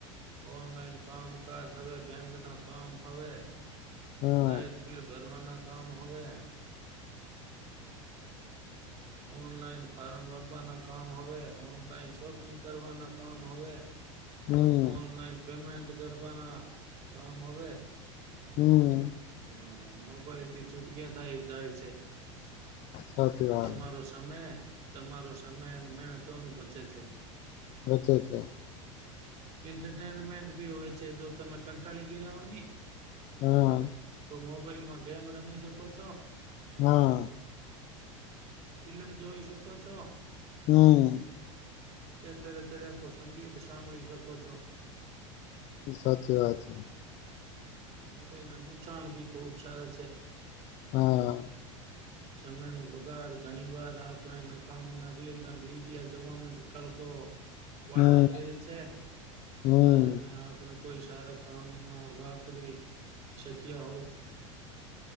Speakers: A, on the right; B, on the left.
A: ઓનલાઈન કામકાજ હવે બેંકના કામ હવે
B: હા
A: લાાઈટ બિલ ભરવાના કામ હોય. હં, ઓનલાઈન ફારર્મ ભરવાના કામ હવે ઓનલાઈન શોપિંગ કરવાના કામ હવે
B: હમ
A: ઓનલાઈન પેમેન્ટ કરવાના કામ હવે
B: હમ્મ.
A: એ મોબાઈલ થી ચુટકી થાય જાય છે.
B: સાચી વાત
A: તમારો સમય તમારો. સમય અને મહેનત દોનું બચે છે.
B: બચે છે.
A: એન્ટરટેનમેન્ટ ભી હોય છે જો તમે કંટાળી ગયા હો ને
B: હા
A: મોબાઈલમાં ગેમ રમી શકો છો.
B: હા
A: ફિલ્લમ જોઈ શકો છો.
B: હમ્મ -
A: કે તરે તરે કો સંગીત સાંભળી શકો - પુછો
B: સાચી વાત છે.
A: હ મોબાઈલના નુકસાન ભી ખુબ સારા છે
B: હા
A: સમયનો બગાડ ઘણી વાર આપણે નકામના રીલના વિડિયા જવામાં જ કલકો વણાવ
B: હમ
A: દેવી છે
B: હમ
A: આ સમય આપણુ કોઈ સારા કામ મા વાપ શકીયા હોત